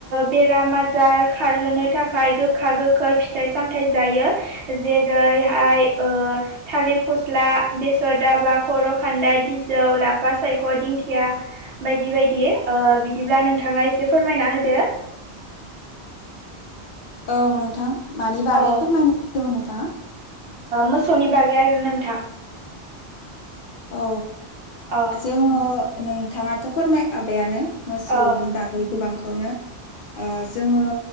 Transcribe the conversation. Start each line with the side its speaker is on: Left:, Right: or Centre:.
Right: बेराम आजार खारहोनो थाखाय गोखाय गोखा गोखै फिथाइ सामथायाइ जायो जेरैहाय थालिर फस्ला बेसर दाबा खर' खान्दाय बिजौ लाफा सायख' दिंखिया बायदि बायदि बिदिब्ला नोंथाङा एसे फोरमायना होदो
Left: औ नोंथां मानि बागै
Right: औ
Left: फोरमायनोदोंमोन नोंथाङा
Right: मोसौनि बागै आरोना नोंथां
Left: औ
Right: औ
Left: जोङो नोंथाङाथ' फोरमायखाबायानो मोसौनि
Right: औ
Left: बागै गोबांखौनो जोङो